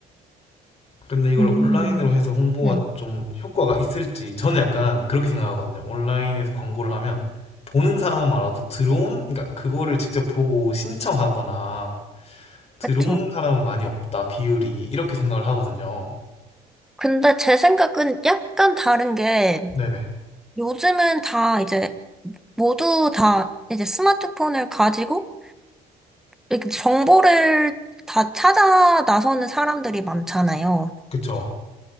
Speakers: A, on the left; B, in the centre.
A: 근데 이걸
B: 음.
A: 온라인으로 해서 홍보가
B: 네,
A: 좀 효과가 있을지 저는 약간 그렇게 생각하거든요. 온라인에서 광고를 하면 보는 사람은 많아도 들어오는 그러니까 그거를 직접 보고 신청하거나 들어오는
B: 그쵸.
A: 사람은 많이 없다 비율이 이렇게 생각을 하거든요.
B: 근데 제 생각은 약간 다른 게
A: 네네
B: 요즘은 다 이제 모두 다 이제 스마트폰을 가지고 이렇게 정보를 다 찾아 나서는 사람들이 많잖아요.
A: 그쵸.